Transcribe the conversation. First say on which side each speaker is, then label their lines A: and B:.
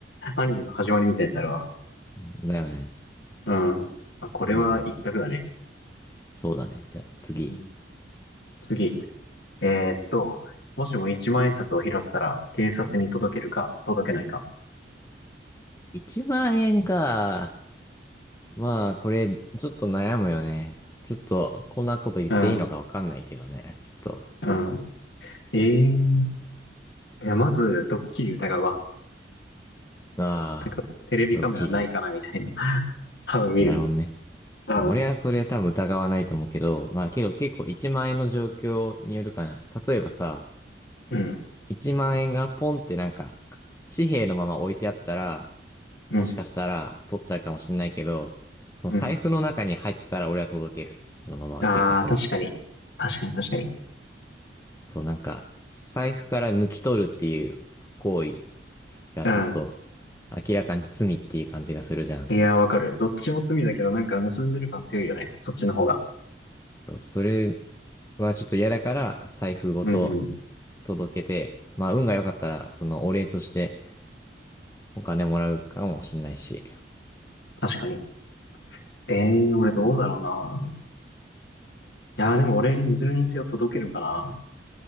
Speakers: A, on the left; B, on the left.
A: アニメの始まりみたいになるわ。
B: う。うんだよね。
A: うん。まあ、これは一択だね。
B: うん。そうだね。じゃあ次。
A: うん。次。えーっと、もしも一万円札を拾ったら、警察に届けるか、届けないか。
B: 1万円か。まあ、これ、ちょっと悩むよね。ちょっと、こんなこと言っていいのかわかんないけどね。
A: うん。
B: ちょっと、あ
A: うん。えー。いや、まず、ドッキリ疑うわ。
B: あ、
A: なんかテレビカメラないかなみたいな。
B: ドッキリ。
A: <laughs> 多分見る。
B: まあなるほどね。
A: うん。
B: まあ、俺はそれ多分疑わないと思うけど、まあ、けど結構1万円の状況によるかな。例えばさ、
A: うん。
B: 1万円がポンってなんか、か紙幣のまま置いてあったら、
A: うん。
B: もしかしたら取っちゃうかもしんないけど、その財布の中に入ってたら俺は届ける。
A: うん。
B: そのまま警察に。
A: ああ、確かに。確かに確かに。
B: そう、なんか、財布から抜き取るっていう行為がちょっと
A: うん。
B: 明らかに罪っていう感じがするじゃん。
A: いやー、わかる。どっちも罪だけど、なんか盗んでる感強いよね。そっちの方が。
B: そうそれはちょっと嫌だから財布ごと
A: うんうん。
B: 届けて、まあ運が良かったらそのお礼としてお金もらうかもしんないし。
A: 確かに。ええー、俺どうだろうな。
B: ま
A: いやー、でも俺、いずれにせよ届けるかな。